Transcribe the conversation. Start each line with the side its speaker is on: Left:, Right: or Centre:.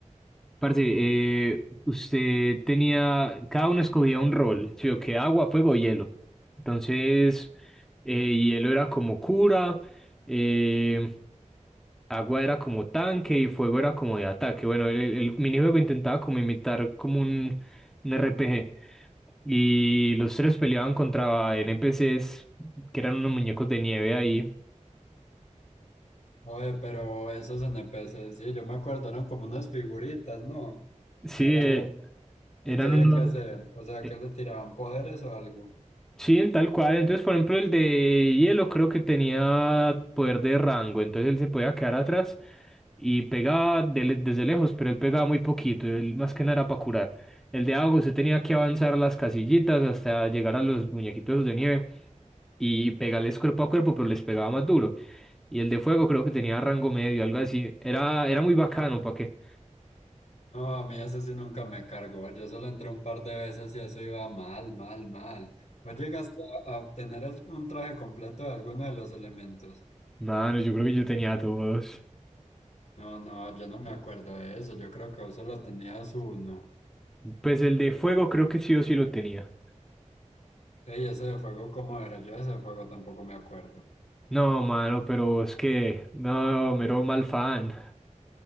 Centre: Parce, eh, usted tenía. Cada uno escogía un rol. ¿sí? o que agua, fuego, hielo. Entonces, eh, hielo era como cura, eh, agua era como tanque y fuego era como de ataque. Bueno, el, el minijuego intentaba como imitar como un, un RPG. Y los tres peleaban contra NPCs, que eran unos muñecos de nieve ahí.
Left: oye, pero esos N P NPCs, sí, yo me acuerdo, eran como unas figuritas, ¿no?
Centre: Sí,
Left: Eran,
Centre: eh,
Left: ¿y
Centre: eran
Left: qué había
Centre: unos.
Left: que hacer? O sea,
Centre: eh,
Left: ¿qué le tiraban poderes o algo?
Centre: Sí, tal cual. Entonces, por ejemplo, el de hielo creo que tenía poder de rango, entonces él se podía quedar atrás y pegaba de le- desde lejos, pero él pegaba muy poquito, él más que nada era para curar. El de agua se tenía que avanzar las casillitas hasta llegar a los muñequitos esos de nieve y pegarles cuerpo a cuerpo, pero les pegaba más duro. Y el de fuego creo que tenía rango medio, algo así. Era, era muy bacano, ¿para qué?
Left: No, a mí eso sí nunca me cargó, yo solo entré un par de veces y eso iba mal, mal, mal. ¿Vos llegaste a a obtener el- un traje completo de alguno de los elementos?
Centre: Mano, yo creo que yo tenía todos.
Left: No, no, yo no me acuerdo de eso. Yo creo que vos solo tenías uno.
Centre: Pues el de fuego creo que sí o sí lo tenía.
Left: Ey, ese de fuego, ¿cómo era? Yo ese de fuego tampoco me acuerdo.
Centre: No, mano, pero es que, no, mero mal fan.